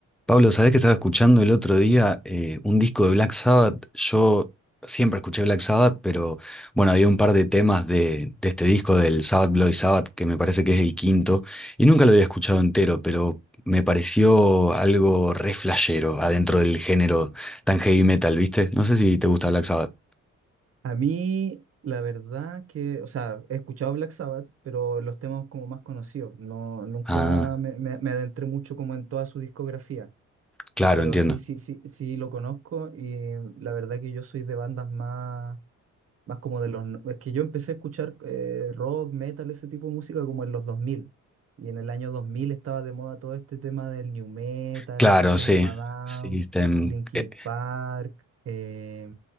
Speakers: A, in the centre; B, on the right.
A: Pablo, ¿sabés que estaba escuchando el otro día eh, un disco de Black Sabbath? Yo siempre escuché Black Sabbath, pero bueno, había un par de temas de, de este disco del Sabbath Bloody Sabbath, que me parece que es el quinto, y nunca lo había escuchado entero, pero me pareció algo re flashero adentro del género tan heavy metal, ¿viste? No sé si te gusta Black Sabbath.
B: A mí, la verdad que, o sea, he escuchado Black Sabbath, pero los temas como más conocidos. No, nunca
A: Ah,
B: me, me- me adentré mucho como en toda su discografía,
A: claro,
B: pero
A: entiendo.
B: sí, sí, sí, sí lo conozco y la verdad que yo soy de bandas más... Más como de los... no- Es que yo empecé a escuchar eh, rock, metal, ese tipo de música como en los dos mil Y en el año 2000 estaba de moda todo este tema del new metal,
A: Claro,
B: System
A: sí.
B: of a Down,
A: Sí, este, em,
B: Linkin
A: eh,
B: Park, eh,